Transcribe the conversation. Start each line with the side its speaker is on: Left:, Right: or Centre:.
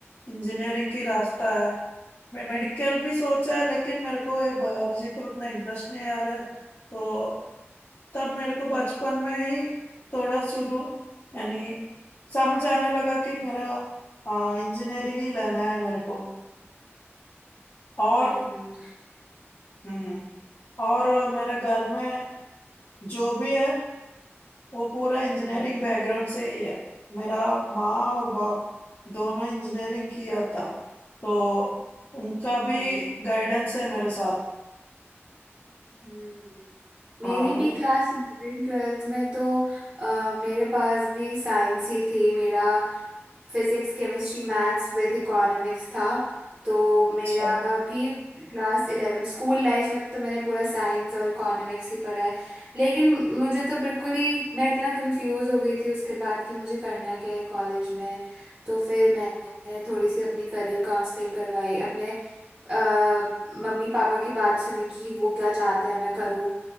Left: इंजीनियरिंग की रास्ता है मैं मेडिकल भी सोचा है लेकिन मेरे को ये बायोलॉजी पे उतना इंटरेस्ट नहीं आ रहा है तो तब मेरे को बचपन में ही थोड़ा शुरू यानी समझ आने लगा कि मेरा इंजीनियरिंग ही लेना है मेरे को और
Right: हम्म
Left: हम्म और मेरे घर में जो भी है वो पूरा इंजीनियरिंग
Right: हम्म,
Left: बैकग्राउंड से ही है मेरा माँ और बाप दोनों इंजीनियरिंग किया था तो उनका भी
Right: हम्म,
Left: गाइडेंस है मेरे साथ
Right: हम्म। मेरी
Left: हाँ वो
Right: भी क्लास इलेवन ट्वेल्थ में तो अ, मेरे पास भी साइंस ही थी मेरा physics chemistry maths with economics था तो
Left: अच्छा
Right: मेरा भी क्लास इलेवन स्कूल लाइफ में तो मैंने पूरा साइंस और इकोनॉमिक्स ही पढ़ा है लेकिन मुझे तो बिल्कुल ही मैं इतना कंफ्यूज हो गई थी उसके बाद कि मुझे करना क्या है कॉलेज में तो फिर मैंने थोड़ी सी अपनी करियर काउंसलिंग करवाई अपने अ, मम्मी पापा की बात सुनी कि वो क्या चाहते हैं मैं करूं